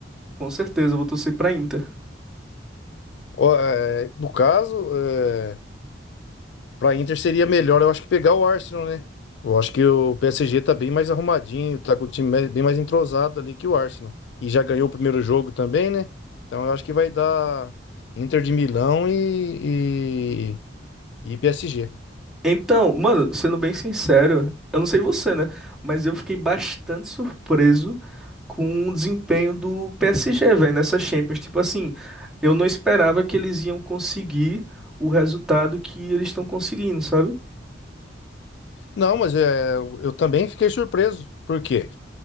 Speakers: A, in the centre; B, on the left.
A: Com certeza, eu vou torcer pra Inter.
B: Ó, é, no caso, é, Pra Inter seria melhor, eu acho que pegar o Arsenal, né? Eu acho que o PSG tá bem mais arrumadinho, tá com o time me- bem mais entrosado ali que o Arsenal. E já ganhou o primeiro jogo também, né? Então eu acho que vai dar Inter de Milão e, e, e PSG.
A: Então, mano, sendo bem sincero, eu não sei você, né? Mas eu fiquei bastante surpreso com o desempenho do PSG, velho, nessa Champions. Tipo assim, eu não esperava que eles iam conseguir o resultado que eles estão conseguindo, sabe?
B: Não, mas é, eu também fiquei surpreso, porque